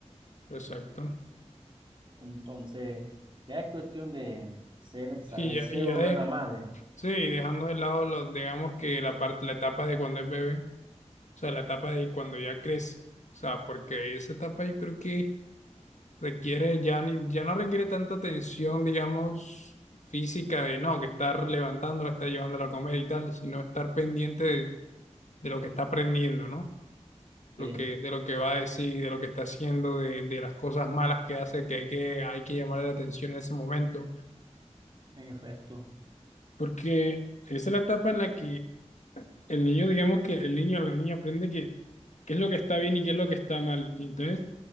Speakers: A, on the left; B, on the right.
A: exacto.
B: Entonces, ya es cuestión de ser, saber
A: Y ya,
B: ser
A: y ya
B: buena
A: de,
B: madre.
A: sí, dejando de lado, los, digamos que la parte, la etapa de cuando es bebé, o sea, la etapa de cuando ya crece, o sea, porque esa etapa yo creo que requiere, ya, ni, ya no requiere tanta atención, digamos, física de, no, que estar levantándolo, estar llevándolo a comer y tal, sino estar pendiente de de lo que está aprendiendo, ¿no? Lo
B: Sí,
A: que, de lo que va a decir, de lo que está haciendo, de, de las cosas malas que hace, que hay que, hay que llamar la atención en ese momento,
B: en efecto.
A: porque esa es la etapa en la que el niño, digamos que el niño o la niña aprende que qué es lo que está bien y qué es lo que está mal. Y entonces,